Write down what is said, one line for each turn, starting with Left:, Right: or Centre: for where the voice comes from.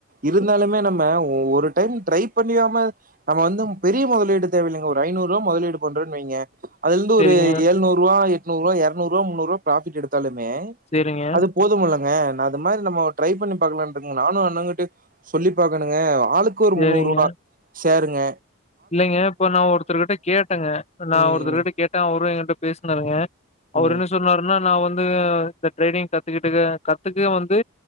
Right: இருந்தாலுமே நம்ப ஒரு டைம் ட்ரை பண்ணியாம நம்ம வந்து பெரிய முதலீடு தேவையில்லங்க ஒரு ஐநூறுவா முதலீடு பண்றன் வெய்ங்க அதுல இருந்து
Left: சரிங்க,
Right: ஒரு எழுநூறுவா எட்நூருவா இரநூறுவா முன்னூறுவா ஃ ப்ராபிட் எடுத்தாலுமே
Left: சேரிங்க
Right: அது போதும் இல்லங்க நான் அந்த மாரி நம்மோ ட்ரை பண்ணி பாக்கலானு இருக்கங்க நானு அண்ணங்கிட்ட சொல்லி பாக்கனுங்க ஆளுக் கு ஒரு
Left: சரிங்க.
Right: முண்ணூறுவா ஷேருங்க
Left: இல்லைங்க இப்ப நா ஒருத்தர்கிட்ட கேட்டங்க நா
Right: ம்
Left: ஒருத்தர்கிட்ட கேட்ட அவரு எகிட்ட பேசுனாருங்க அவரு
Right: ம்
Left: என்ன சொன்னாருனா நா வந்து த ட்ரேடிங்‌ கத்துக்கிட்டுக்க கத்துக்க வந்து